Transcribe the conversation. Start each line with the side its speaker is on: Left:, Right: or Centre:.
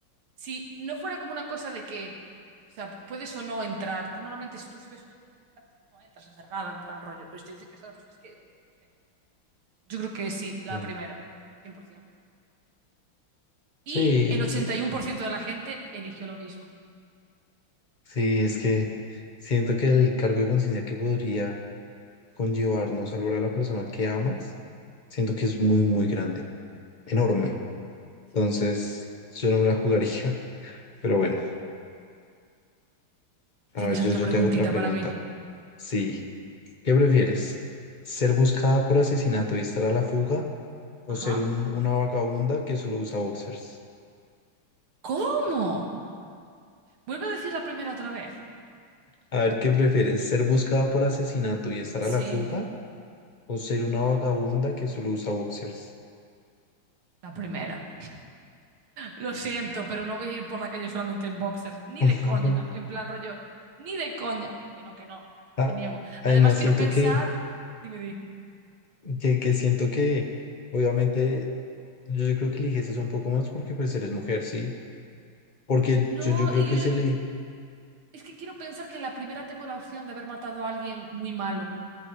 Right: si no fuera como una cosa de que, o sea, puedes o no entrar. Tú normalmente, si tú si ves un edificio en llamas, no entras a cerrada, en plan rollo. Pero si te dicen que está la persona, es que, no sé. Yo creo que sí, la
Left: sí.
Right: primera, 100%. Y
Left: Sí,
Right: el ochenta y uno por ciento de la gente eligió lo mismo.
Left: sí, es que siento que el cargo de conciencia que podría conllevar no salvar a la persona que amas, siento que es muy, muy
Right: Mm.
Left: grande, enorme.
Right: Ya, sí,
Left: Entonces, yo no me la jugaría. <laughs> Pero bueno,
Right: ya.
Left: a
Right: ¿Tienes
Left: ver, yo,
Right: otra
Left: yo
Right: preguntita
Left: te hago otra pregunta.
Right: para mí?
Left: Sí, ¿qué prefieres? ¿Ser buscada por asesinato y estar a la fuga o
Right: Ajá.
Left: ser un- una vagabunda que solo usa boxers?
Right: ¿Cómo? Vuelve a decir la primera otra vez.
Left: A ver, ¿qué prefieres? ¿Ser buscada por asesinato y estar
Right: Sí.
Left: a la fuga o ser una vagabunda que solo usa boxers?
Right: La primera. Lo siento, pero no voy a ir por la calle solamente en boxers. Ni
Left: <laughs>
Right: de coña.
Left: Ujú.
Right: En plan rollo. Ni de coña. Que no, que no.
Left: Ah,
Right: Me niego.
Left: además,
Right: Además, quiero
Left: siento
Right: pensar.
Left: que,
Right: Dime, di.
Left: que, que siento que, obviamente, yo, yo creo que eliges eso un poco más porque pues eres mujer, ¿sí? Porque
Right: No,
Left: yo, yo creo
Right: y
Left: que se le...
Right: es que quiero pensar que en la primera tengo la opción de haber matado a alguien muy malo